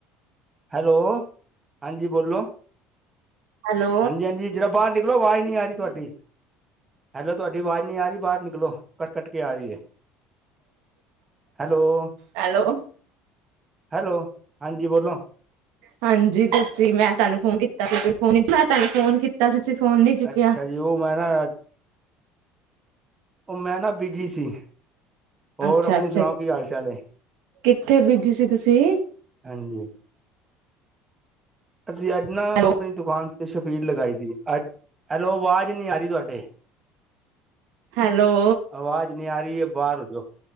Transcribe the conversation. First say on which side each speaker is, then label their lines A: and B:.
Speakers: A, on the right; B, on the right.
A: ਹੈਲੋ ਹਾਂਜੀ ਬੋਲੋ।
B: ਹੈਲੋ
A: ਹਾਂਜੀ, ਹਾਂਜੀ ਜਰਾ ਬਾਹਰ ਨਿਕਲੋ ਆਵਾਜ਼ ਨਹੀਂ ਆ ਰਹੀ ਤੋਹਾਡੀ। ਹੈਲੋ ਤੁਹਾਡੀ ਆਵਾਜ਼ ਨੀ ਆ ਰਹੀ ਬਾਹਰ ਨਿਕਲੋ, ਕੱਟ- ਕੱਟ ਕੇ ਆ ਰਹੀ ਐ। ਹੈਲੋ!
B: ਹੈਲੋ
A: ਹੈਲੋ, ਹਾਂਜੀ ਬੋਲੋ!
B: ਹਾਂਜੀ, ਤੁਸੀਂ ਮੈਂ ਤੁਹਾਨੂੰ ਫੋਨ ਕੀਤਾ ਸੀ ਫੋ ਮੈਂ ਤੁਹਾਨੂੰ ਫੋਨ ਕੀਤਾ ਸੀ, ਫੋਨ ਨੀ ਚੁੱਕਿਆ।
A: ਅੱਛਾ ਜੀ ਮੈਂ ਨਾ ਅ ਉਹ ਮੈਂ ਨਾ ਬਿਜੀ ਸੀ, ਹੋਰ
B: ਅੱਛਾ,
A: ਆਪਣੀ
B: ਅੱਛਾ
A: ਸੁਣਾਓ ਕੀ ਹਾਲ- ਚਾਲ ਏ।
B: ਕਿੱਥੇ ਬੀਜੀ ਸੀ ਤੁਸੀਂ?
A: ਹਾਂਜੀ। ਅਸੀਂ ਅੱਜ ਨਾ
B: ਹੈਲੋ,
A: ਆਪਣੀ ਦੁਕਾਨ ਤੇ ਸ਼ਫੀਲ ਲਗਾਈ ਸੀ। ਅਜ 'ਹੈਲੋ ਆਵਾਜ਼ ਨੀ ਆ ਰਹੀ ਤੁਹਾਡੀ <unintelligible>
B: ਹੈਲੋ!
A: ਆਵਾਜ਼ ਨੀ ਆ ਰਹੀ ਐ ਬਾਹਰ ਹੋ ਜਾਓ,